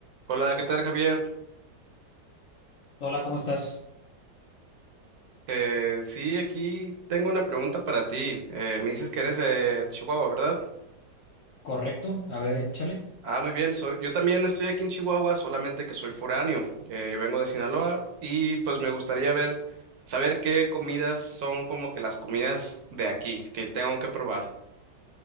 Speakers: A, on the right (about 65°); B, on the left (about 70°).
A: Hola, ¿qué tal, Javier?
B: Hola, ¿cómo estás?
A: Eh, sí, aquí tengo una pregunta para ti. Eh, me dices que eres de Chihuahua, ¿verdad?
B: Correcto. A ver, échale.
A: Ah, muy bien. Soy, yo también estoy aquí en Chihuahua, solamente que soy foráneo. Eh, yo vengo de Sinaloa y pues me gustaría ver, saber qué comidas son como que las comidas de aquí que tengo que probar.